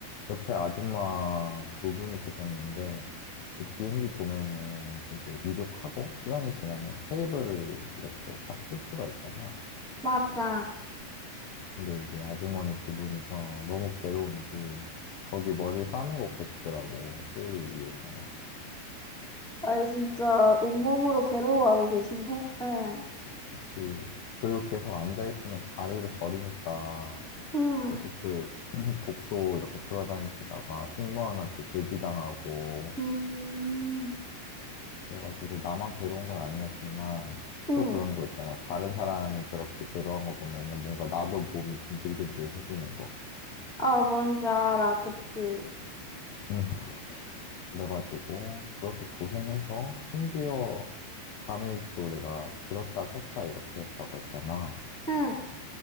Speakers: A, on the left; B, in the centre.
A: 옆에 아줌마 두 분이 계셨는데 그 비행기 보면은 이제 이륙하고 시간이 지나면 테이블을 이렇게 딱 쓸 수가 있잖아.
B: 맞아.
A: 근데 이제 아주머니 두 분이서 너무 괴로운지 거기 머리를 싸매고 계시더라고 테이블 위에서.
B: 아니, 진짜 온몸으로 괴로워하고 계신데? 응,
A: 그치. 그리고 계속 앉아있으면 다리도 저리니까
B: 응,
A: 계속 그 <clears throat> 복도 이렇게 돌아다니시다가 승무원한테 제지당하고
B: 음,
A: 그래가지고 나만 괴로운 건 아니었지만
B: 응.
A: 또 그런 거 있잖아. 다른 사람이 저렇게 괴로운 거 보면은 뭔가 나도 몸이 근질근질해지는 거.
B: 아, 뭔지 알아. 그치.
A: 음. <laughs> 그래가지고 그렇게 고생해서 심지어 잠에 또 내가 들었다 깼다 이렇게 했다고 했잖아.
B: 응.